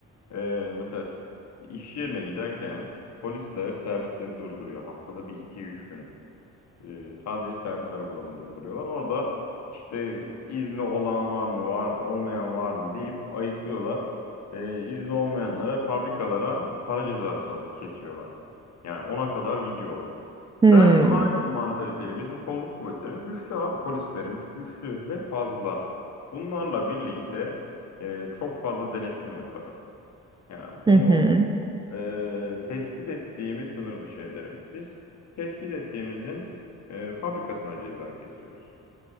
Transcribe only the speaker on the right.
Hmm.
Hı hı.